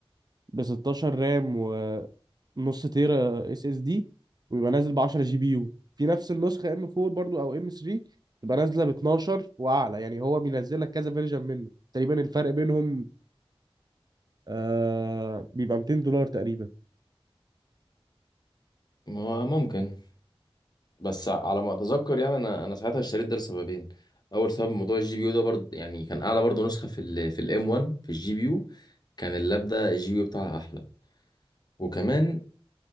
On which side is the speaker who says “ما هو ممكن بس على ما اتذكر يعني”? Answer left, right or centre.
Left